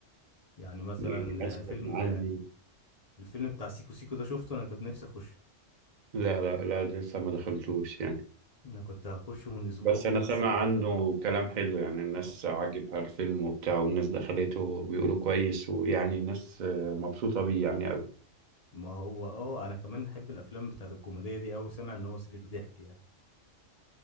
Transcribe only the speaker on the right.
يعني مثلا
عندي
لا لا لا لسه ما دخلتوش يعني
بس
أنا سامع
عنه كلام حلو يعني الناس
عاجبها الفيلم وبتاع والناس دخلته وبيقولوا كويس ويعني الناس آه، مبسوطة بيه يعني أوي